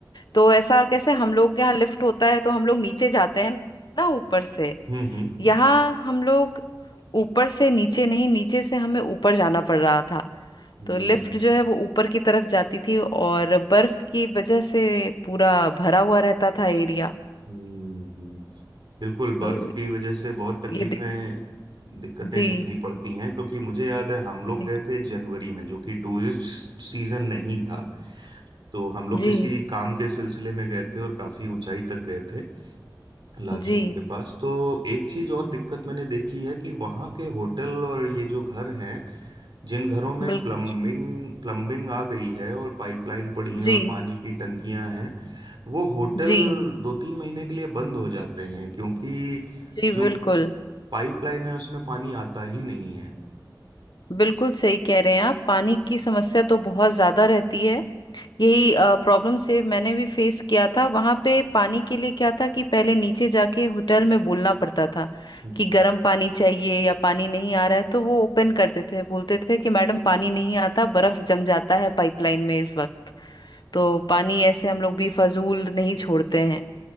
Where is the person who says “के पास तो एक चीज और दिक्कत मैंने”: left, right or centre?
Right